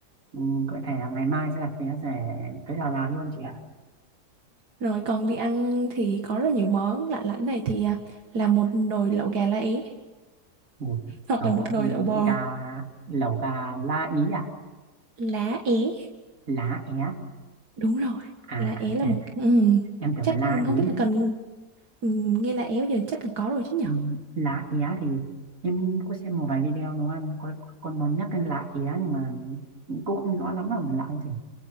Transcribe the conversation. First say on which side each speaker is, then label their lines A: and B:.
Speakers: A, on the right; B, on the right.
A: ừ, có thể là ngày mai sẽ đặt vé rẻ tới Đà Lạt luôn chị ạ
B: rồi còn đi ăn thì có rất là nhiều món lạ lẫm này thì à, là một nồi lẩu gà lá é
A: một
B: hoặc
A: số
B: là một nồi lẩu bò
A: gà lẩu gà lá ý à
B: lá é
A: lá é
B: đúng rồi
A: à
B: lá é là
A: em,
B: một ừ,
A: em tưởng
B: chắc
A: là la
B: không
A: ý
B: biết là cần Ừ, nghe là em bây giờ chắc là có rồi chứ nhở
A: Ừ, lá é thì em có xem một vài video nấu ăn có con nó nhắc đến lá é nhưng mà cũng không rõ lắm là lá gì